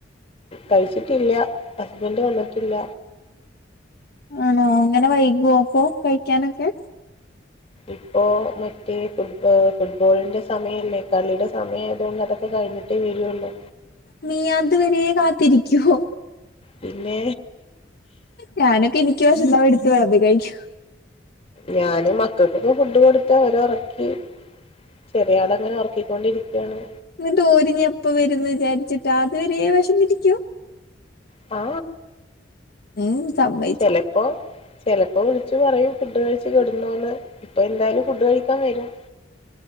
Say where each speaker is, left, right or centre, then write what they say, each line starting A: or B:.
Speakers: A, on the left; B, on the left.
A: കഴിച്ചിട്ടില്ല ഹസ്ബന്റ് വന്നിട്ടില്ല
B: ആണോ ങ്ങനെ വൈകോ അപ്പൊ കഴിക്കാനൊക്കെ
A: ഇപ്പോ മറ്റേ ഫുട് ഫുട്ബോളിന്റെ സമയല്ലേ കളിയുടെ സമയായതോണ്ടത് ക്കെ കഴിഞ്ഞിട്ടേ വെരൊള്ളു
B: നീയത് വരെ കാത്തിരിക്കോ
A: പിന്നേ
B: ഞാനൊക്കെനിക്ക് വെശന്നാ പോയെടുത്ത് വെളമ്പിക്കഴിക്കും
A: ഞാന് മക്കക്കൊക്കെ ഫുഡ് കൊടുത്തോരൊറക്കി ചെറിയാളങ്ങനൊറക്കിക്കൊണ്ടിക്കാണ്
B: ന്ന്ട്ടോരിനിപ്പെ വെരുന്നിചാരിച്ചിട്ടാ അത് വെരെ വെഷന്നിരിക്കും
A: ആ
B: ഉം സമ്മ
A: ചെലപ്പോ ചെലപ്പോ വിളിച്ച്പറയും ഫുഡ്കഴിച്ച് കെടന്നോന്ന് പ്പെന്തായാലും ഫുഡ് കഴിക്കാൻ വെരും